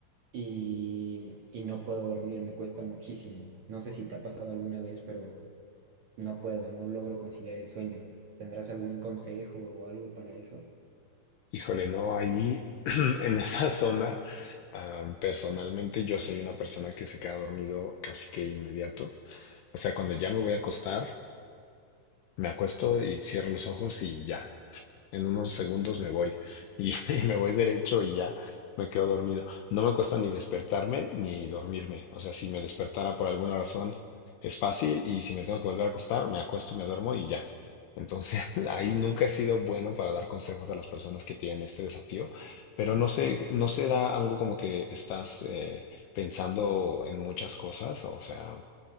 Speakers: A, on the right; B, on the left.
A: y, y no puedo dormir, me cuesta muchísimo. No sé si te ha pasado alguna vez, pero no puedo, no logro conciliar el sueño. ¿Tendrás algún consejo o algo para eso?
B: Híjole, no, ahí <clears throat> en esa zona, ah, personalmente yo soy una persona que se queda dormido casi que inmediato. O sea, cuando ya me voy a acostar, Me acuesto y cierro los ojos y ya. En unos segundos me voy. Y, <laughs> y me voy derecho y ya me quedo dormido. No me cuesta ni despertarme ni dormirme. O sea, si me despertara por alguna razón es fácil y si me tengo que volver a acostar, me acuesto, me duermo y ya. Entonces, <laughs> ahí nunca he sido bueno para dar consejos a las personas que tienen este desafío, pero no sé, no será algo como que estás eh, pensando en muchas cosas, o sea,